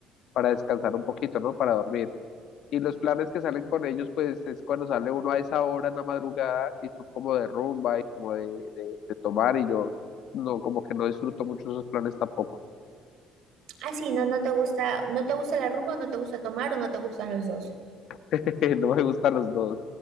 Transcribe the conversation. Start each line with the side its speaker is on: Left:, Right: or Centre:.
Left: para descansar un poquito, ¿no? Para dormir. Y los planes que salen con ellos, pues es cuando sale uno a esa hora en la madrugada y son como de rumba y como de, de, de tomar, y yo no, como que no disfruto mucho esos planes tampoco,
Right: Ah, sí, no, no te gusta, no te gusta la rumba, o no te gusta tomar o no te gustan los dos.
Left: <laughs> no me gustan los dos,